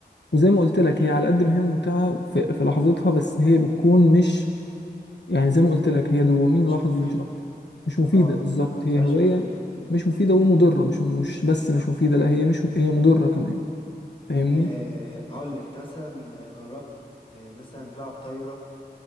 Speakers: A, on the left (about 85°); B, on the left (about 30°).
A: وزي ما قلت لك هي على قد ما هي ممتعة في, في لحظتها بس هي بتكون مش يعني زي ما قلت لك هي دوبامين
B: مش
A: لحظي
B: مفيدة
A: مش اكتر مش مفيده
B: اه ما
A: بالظبط
B: بتبقى- ما بتبقاش
A: هي هوايه
B: مفيدة
A: مش مفيده ومضره مش مش بس مش مفيده لا هي مش هي مضره كمان فاهمني
B: أه هقول لك انت مثلا جربت أه مثلا تلعب طايرة